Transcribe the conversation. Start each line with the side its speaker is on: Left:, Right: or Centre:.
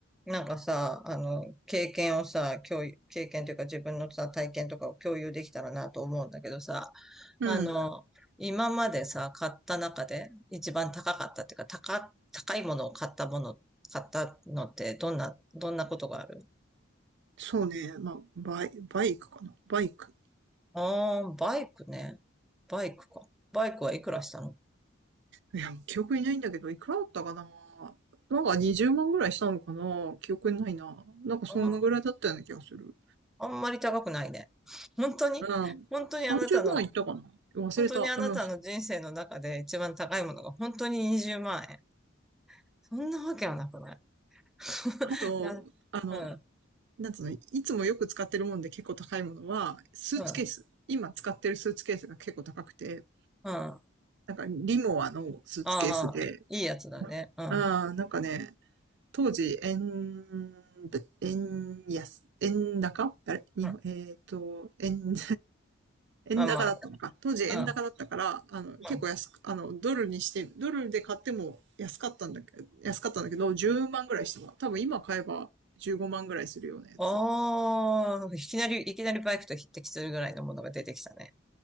Centre: なんかさ、あの、経験をさ、共有、経験というか自分のさ、体験とかを共有できたらなと思うんだけどさ、
Right: うん。
Centre: あの、今までさ、買った中で一番高かったっていうか、高、高いものを買ったもの、買ったのってどんな、どんなことがある
Right: そうね。まあ、バイ、バイクかな。バイク。
Centre: ああー、バイクね。バイクか。バイクはいくらしたの
Right: いや、記憶にないんだけど、いくらだったかな。なんか20万ぐらいしたのかな。記憶にないな。なんかそのぐらいだったような気がする。
Centre: あん、あんまり高くないね。本当に本当にあなたの、
Right: うん。30万いったかな。忘れた。
Centre: 本当にあなたの人生の中で一番高いものが本当に20万円。
Right: うん。
Centre: そんなわけはなくない <laughs>
Right: あと、
Centre: なん、
Right: あの、
Centre: うん、
Right: なんつうの、いつもよく使ってるもんで結構高いものは、スーツケース。
Centre: うん、
Right: 今使ってるスーツケースが結構高くて、
Centre: うん。あ
Right: なんかリモアのスーツケースで、
Centre: あ、いいやつだね。うん、
Right: うん、なんかね、当時、円、円安、円高あれ日本、
Centre: うん。
Right: えっ、と、円、<laughs> 円高だったのか。
Centre: あ、ま
Right: 当時円高だったから、
Centre: あ、う
Right: あの、結構安く、
Centre: ん、うん。
Right: あの、ドルにして、ドルで買っても安かったんだけど、安かったんだけど、10万ぐらいしたも多分今買えば15万ぐらいするようなやつ。
Centre: ああ、いきなり、いきなりバイクと匹敵するぐらいのものが出てきたね。